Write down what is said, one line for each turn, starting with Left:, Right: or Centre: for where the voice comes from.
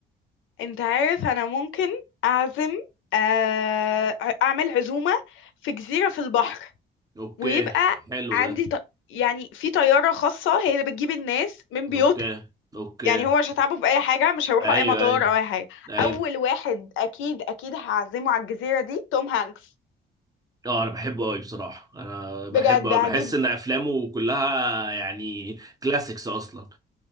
Left: انت عارف انا ممكن اعزم آه اعمل عزومة في جزيرة في البحر
Right: اوكي
Left: ويبقى
Right: حلو
Left: عندي
Right: ده
Left: ط... يعني في طيارة خاصة هي اللي بتجيب الناس من بيوتها
Right: اوكي اوكي
Left: يعني هو مش هتعبوا في اي حاجة مش هيروحوا
Right: ايوه
Left: اي مطار
Right: ايوه
Left: او اي حاجة
Right: ايوه
Left: اول واحد اكيد اكيد هعزمه على الجزيرة دي توم هانكس
Right: اه انا بحبه قوي بصراحه انا بحبه
Left: بجد
Right: قوي
Left: هجيب
Right: بحس ان افلامه كلها يعني كلاسيكس اصلا